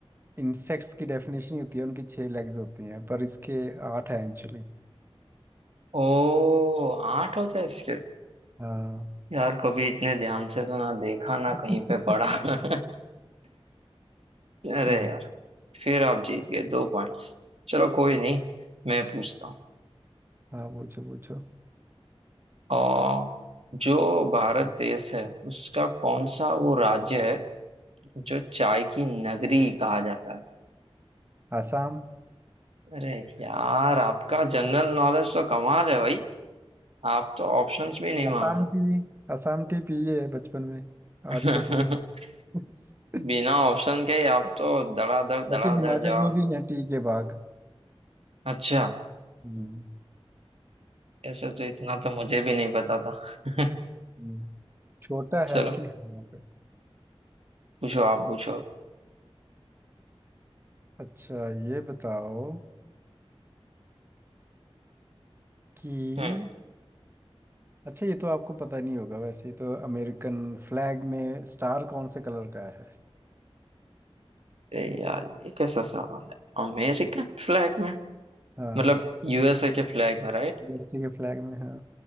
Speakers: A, on the right; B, on the right.
A: इंसेक्ट्स की डेफिनेशन ही होती है उनकी छह लेग्स होती हैं पर इसके आठ हैं एक्चुअली
B: ओ आठ होते हैं इसके
A: हाँ
B: यार कभी इतने ध्यान से तो ना देखा ना कहीं
A: <laughs>
B: पे पढ़ा <laughs> अरे
A: ये
B: यार फिर आप जीत गए दो पॉइंट्स चलो कोई नहीं मैं पूछता हूँ
A: हाँ पूछो पूछो
B: और जो भारत देश है उसका कौन सा वो राज्य है जो चाय की नगरी कहा जाता है
A: आसाम
B: अरे यार आपका जनरल नॉलेज तो कमाल है भाई आप तो ऑप्शंस भी नहीं
A: आसाम
B: मांग
A: टी आसाम टी पिए है बचपन में आजकल
B: रहे
A: तो <laughs>
B: <laughs> बिना ऑप्शन के ही आप तो धड़ाधड़ धड़ाधड़
A: वैसे हिमाचल
B: जवाब
A: में भी है टी के बाग
B: अच्छा
A: हम्म
B: ऐसे तो इतना तो मुझे भी नहीं पता था <laughs>
A: हम्म। छोटा
B: चलो
A: है लेकिन है वहाँ पे
B: पूछो आप पूछो
A: अच्छा ये बताओ कि
B: हम्म
A: अच्छा ये तो आपको पता नहीं होगा वैसे ही तो अमेरिकन फ्लैग में स्टार कौन से कलर का है
B: अरे यार ये कैसा सवाल है अमेरिकन फ्लैग में
A: हाँ
B: मतलब यूएसए के फ्लैग में right?
A: यूएसए के फ्लैग में हाँ